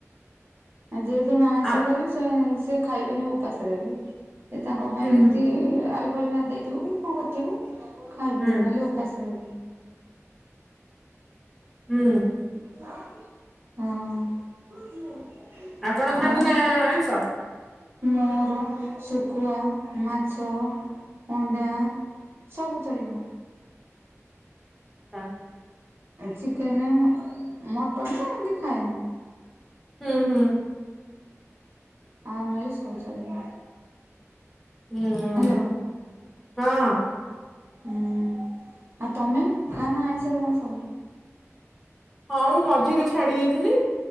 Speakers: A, on the right; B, in the centre.
A: ଏ ଯେ ଦିନ ଆଇଁଷ
B: ଆ
A: କଲେ ସେ ସେ ଖାଇବେନି ଉପାସ ରହିବେ। ସେ ତାଙ୍କ ପାଇଁ
B: ହୁଁ
A: ଯଦି ଆଳୁ ଫାଳୁ ଭାଜି ଦେଇଥିବୁ କି କଣ କରିଥିବୁ ଖାଇବେ।
B: ହୁଁ
A: ନହେଲେ ଉ <unintelligible>
B: ହୁଁ।
A: ହଁ।
B: ଆପଣ ଖାଆନ୍ତି
A: ଆଉ
B: ନା ଆଇଁଷ?
A: ମୋର ଶୁଖୁଆ ମାଛ ଅଣ୍ଡା ସବୁ ଚଳିବ।
B: ଆଚ୍ଛା।
A: ଚିକେନ୍ ମଟନ୍ ତ ଏମିତି ଖାଏନି।
B: ହୁଁ ହୁଁ।
A: ଆଉ ନଲେ ସବୁ ଚଳିବ।
B: ହୁଁ
A: ହ୍ୟାଲୋ
B: ହଁ।
A: ହୁଁ ଆଉ ତମେ ଖା ନା ଆଇଁଷ ସବୁ?
B: ହଁ ମୁଁ ମଝିରେ ଛାଡି ଦେଇଥିଲି